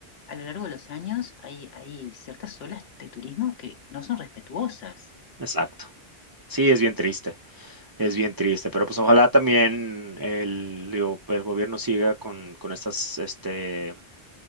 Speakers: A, on the left; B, on the right.
A: a lo largo de los años hay, hay ciertas olas de turismo que no son respetuosas.
B: exacto. Sí, es bien triste, es bien triste, pero pues ojalá también el, digo, el gobierno siga con, con estas, este,